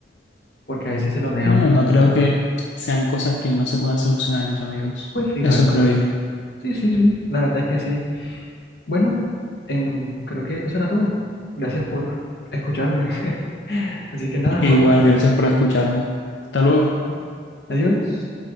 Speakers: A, on the left; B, on the left.
A: Porque a ver si se lo negamos
B: Bueno, no
A: rotundamente.
B: creo que sean cosas que no se puedan solucionar entre amigos.
A: Pues sí,
B: Eso
A: la verdad
B: creo
A: es
B: yo.
A: que sí, sí, sí. sí. La verdad es que sí. Bueno, em, creo que eso era todo. Gracias por escucharme. <laughs> Así que nada,
B: Igual,
A: Juan.
B: gracias por escucharme. Hasta luego.
A: Nada, Juan. Adiós.